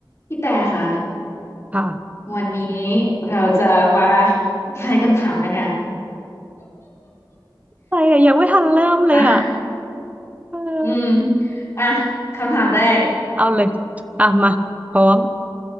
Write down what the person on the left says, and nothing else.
พี่แต่ค่ะ
วันนี้เราจะมาทายคำถามกันค่ะ
อ่ะ
อืมอ่ะคำถามแรก